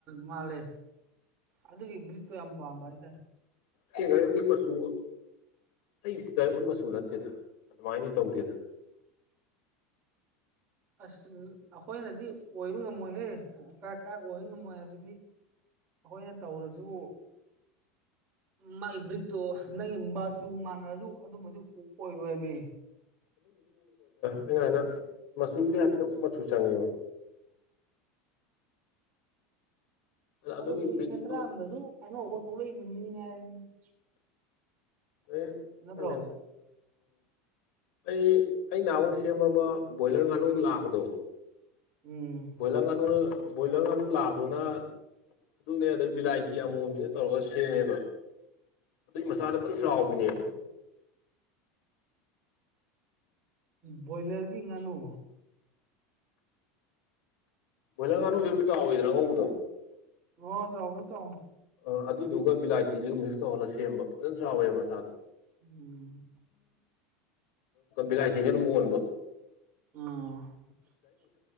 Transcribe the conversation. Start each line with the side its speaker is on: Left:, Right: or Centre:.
Right: ꯃꯥꯜꯂꯦ ꯑꯗꯨꯒꯤ ꯕ꯭ꯔꯤꯠꯇꯣ ꯌꯥꯝ ꯄꯥꯝꯕ ꯍꯥꯏꯁ
Left: ꯀꯔ ꯃ ꯁ ꯑꯩ ꯇꯔꯤ ꯎꯟ ꯃꯁꯨ ꯅꯠꯇꯦꯗ ꯑꯗꯨꯃꯥꯏꯅ ꯇꯧꯗꯦꯗ
Right: ꯑꯁ ꯑꯩꯈꯣꯏꯅꯗꯤ ꯑꯣꯏꯕ ꯉꯝꯃꯣꯏꯍꯦ ꯀꯔꯥꯏ ꯀꯥꯏ ꯑꯣꯏꯕ ꯉꯝꯃꯣꯏ ꯍꯥꯏꯕꯗꯤ ꯑꯩꯈꯣꯏꯅ ꯇꯧꯔꯁꯨ ꯃꯥꯏ ꯕ꯭ꯔꯤꯠꯇꯣ ꯅꯪꯒꯤ ꯃꯆꯨ ꯃꯥꯟꯅꯔꯁꯨ ꯑꯗꯨꯃꯗꯤ ꯑꯣꯏꯔꯣꯏ ꯃꯤ
Left: ꯑꯩꯅꯃꯥꯏꯅ ꯃꯆꯨꯗ ꯍꯥꯏꯐꯦꯠꯇ ꯎꯞ ꯃꯆꯨ ꯆꯪꯉꯦꯕ
Right: <unintelligible>
Left: ꯑꯗꯨꯒꯤ ꯕ꯭ꯔꯤꯠꯇꯨ
Right: <unintelligible>
Left: <unintelligible>
Right: ꯅꯠꯇ꯭ꯔꯣ
Left: ꯑ ꯑꯩ ꯑꯩ ꯅꯍꯥꯟꯃꯨꯛ ꯁꯦꯝꯕ ꯑꯃ ꯕꯣꯏꯂꯔ ꯉꯥꯅꯨ ꯅꯥꯕꯗꯣ
Right: ꯎꯝ
Left: ꯕꯣꯏꯂꯔ ꯉꯥꯅꯨ ꯕꯣꯏꯂꯔ ꯉꯥꯅꯨ ꯂꯥꯕꯗꯨꯅ ꯑꯗꯨꯅꯦ ꯑꯗꯩ ꯕꯤꯂꯥꯏꯇꯤ ꯑꯃꯣꯝꯖꯤꯒ ꯇꯧꯔꯒ ꯁꯦꯝꯃꯦꯕ ꯑꯗꯨꯏ ꯃꯆꯥꯗꯣ ꯐꯖꯥꯟꯅ ꯆꯥꯎꯕꯤꯅꯦꯃꯤ
Right: ꯕꯣꯏꯂꯔꯒꯤ ꯉꯥꯅꯨ
Left: ꯕꯣꯏꯂꯔ ꯉꯥꯅꯨꯗꯤ ꯑꯗꯨꯝ ꯆꯥꯎꯋꯤꯗꯅ ꯑꯉꯥꯎꯕꯗꯣ꯫
Right: ꯑꯣ ꯆꯥꯎꯕꯅꯤ ꯆꯥꯎꯕꯅꯤ ꯫
Left: ꯑꯥ ꯑꯗꯨꯗꯨꯒ ꯕꯤꯂꯥꯏꯇꯤꯁꯤꯒ ꯃꯤꯛꯁ ꯇꯧꯔꯒ ꯁꯦꯝꯕ ꯐꯖꯅ ꯆꯥꯎꯋꯦꯕ ꯃꯆꯥꯗꯣ
Right: ꯎꯝ
Left: ꯕꯤꯂꯥꯏꯇꯤꯗꯤ ꯑꯗꯨꯝ ꯑꯣꯟꯕ꯫
Right: ꯑꯣ